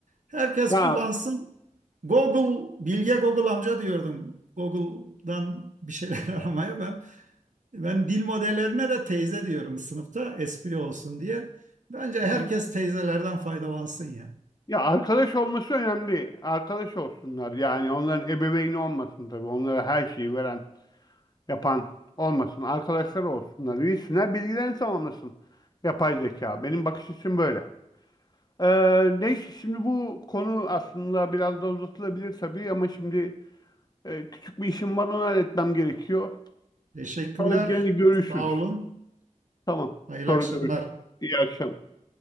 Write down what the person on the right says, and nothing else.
Herkes
kullansın. Google, Bilge Google amca diyordum. Google'dan bir şeyler <laughs> aramaya ben ben dil modellerine de teyze diyorum sınıfta espri olsun diye. Bence
herkes teyzelerden faydalansın ya.
Teşekkürler.
Sağ olun.
Hayırlı
akşamlar.